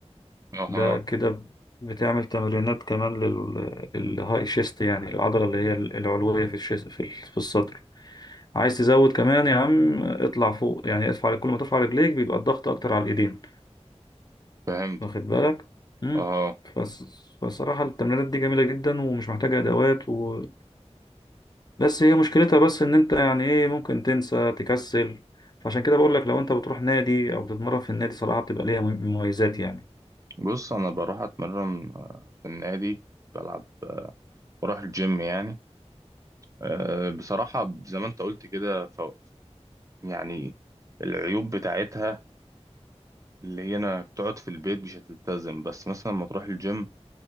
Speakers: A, on the right; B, on the left.
A: اها
B: ده كده بتعمل تمرينات كمان للهاي شيست يعني العضلة اللي هي العلوية في الشيست في في الصدر عايز تزود كمان يا عم اطلع فوق يعني ارفع كل ما ترفع رجليك بيبقى الضغط اكتر على الايدين
A: فهمت
B: واخد بالك امم
A: اها
B: فص- فصراحة التمرينات دي جميلة جدا ومش محتاجة ادوات و... بس هي مشكلتها بس ان انت يعني ايه ممكن تنسى تكسل فعشان كده بقول لك لو انت بتروح نادي او بتتمرن في النادي صراحة بتبقى ليها مميزات يعني
A: بص انا بروح اتمرن آه، في النادي بلعب آه، بروح الجيم يعني آه، بصراحه زي ما انت قلت كده ف... يعني العيوب بتاعتها اللي هي انا بتقعد في البيت مش هتلتزم بس مثلا لما تروح الجيم